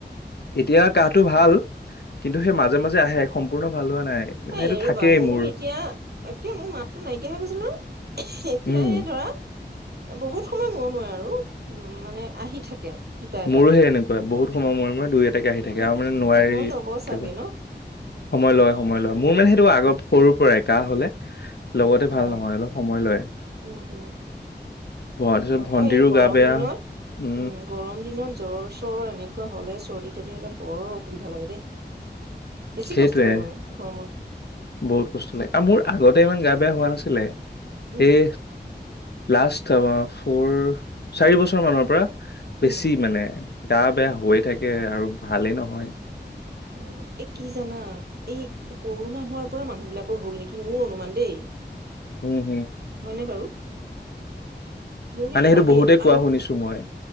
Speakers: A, on the left (about 65°); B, on the right (about 65°).
A: এতিয়া কাহটো ভাল কিন্তু সেই মাজে মাজে আহে সম্প কোনো ভাল হোৱা নাই সেইকাৰণে
B: এ
A: এইটো
B: ৰবা
A: থাকেই
B: মোৰো
A: মোৰ
B: এতিয়া, একে মোৰ মাততো নাইকিয়া হৈ গৈছিল নহয়, এতিয়াহে
A: উম
B: ধৰা বহুত সময় ম মই আৰু উম মানে আহি থাকে। দুটা এটাকে
A: মোৰো সেই এনেকুৱা বহুত সময় মূৰে মূৰে দুই এটাকে আহি
B: তাৰ
A: থাকে আৰু মানে নোৱাৰেই
B: সময় লব চাগে
A: তাকে
B: ন
A: সময় লয় সময় মই লম মোৰ মানে সেইটো
B: উম
A: আগ সৰুৰ পৰাই কা হলে লগতে ভাল
B: অ
A: নহয় অলপ সময় লয়
B: উম উম
A: তাৰিছত
B: হয়
A: ভণ্টিৰো
B: আৰু এই গৰম
A: গা বেয়া
B: দিনত
A: উ
B: উম গৰম দিনত জ্বৰ চৰ এনেকুৱা হলে চৰ্দি তৰ্দি হলে বৰ অসুবিধা লাগে দেই বেছি
A: সেইটোয়ে
B: কষ্ট লাগে মানে গৰমত
A: বহুত কষ্ট লাগে আৰু মোৰ আগতে ইমান গা বেয়া হোৱা নাছিলে
B: উম
A: সেই লাষ্ট ফ'ৰ চাৰি বছৰ মানৰ পৰা বেছি
B: উম
A: মানে গা বেয়া হৈয়ে থাকে আৰু ভালেই নহয়
B: উ এ কি জানা এই কৰোণা হোৱাৰ পৰা মানুহ বিলাকৰ হল নেকি মোৰ অনুমান দেই
A: উম
B: হয়নে বাৰু মোৰ
A: মানে
B: কিন্তু
A: সেইটো
B: লাগে
A: বহুতে কোৱা
B: আৰু
A: শুনিছো মই